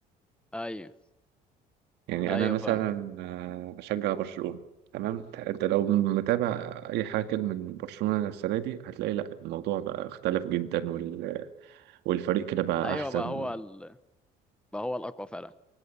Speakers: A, in the centre; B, on the right.
A: ايوه
B: يعني
A: ايوه
B: انا مثلا
A: فاهمك
B: آه، بشجع برشلونه تمام انت لو متابع اي حاجه كده من برشلونه السنه دي هتلاقي لا الموضوع بقى اختلف جدا وال... والفريق كده بقى
A: ايوه
B: احسن
A: بقى هو ال... بقى هو الاقوى فعلا